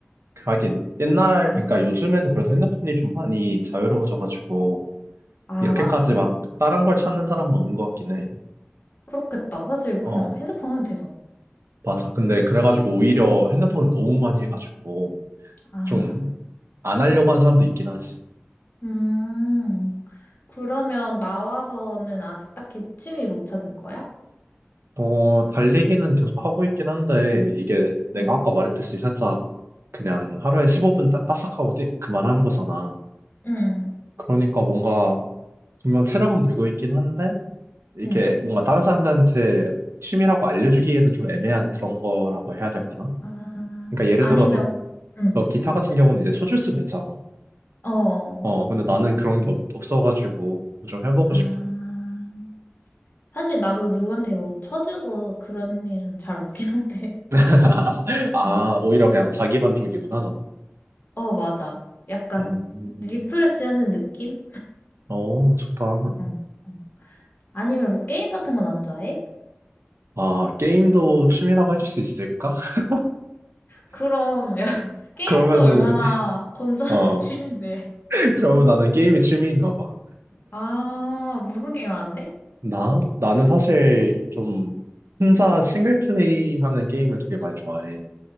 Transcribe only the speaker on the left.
음.
아,
맞지.
그렇겠다. 사실
그냥 핸드폰 하면 되죠.
아,
음. 그러면 나와서는 아직 딱히 취미 못 찾은 거야?
응,
응,
응.
아,
아니면,
응,
어.
아,
사실 나도 누구한테 뭐 쳐주고 그런 일은 잘 없긴 한데.
<laughs> 어,
어, 맞아. 약간
리프레시 하는 느낌?
응, 응. 아니면 뭐 게임 같은 건 안 좋아해?
그럼, <laughs> 야, 게임도
얼마나 건전한
취미인데.
아, 무슨 게임 하는데?
음.